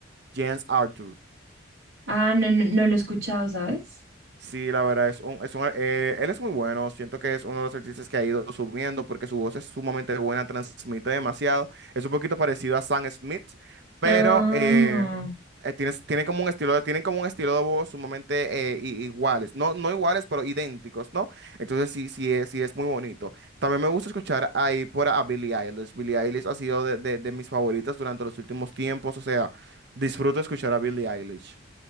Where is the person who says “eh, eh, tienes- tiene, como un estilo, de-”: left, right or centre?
Right